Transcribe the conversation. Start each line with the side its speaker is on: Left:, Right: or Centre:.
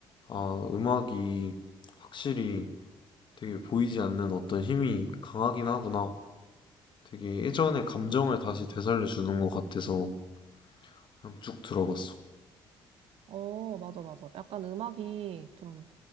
Left: 아, 음악이 확실히 되게 보이지 않는 어떤 힘이 강하긴 하구나. 되게 예전의 감정을 다시 되살려 주는 것 같아서 그냥 쭉 들어봤어.
Right: 어, 맞아, 맞아. 약간 음악이 좀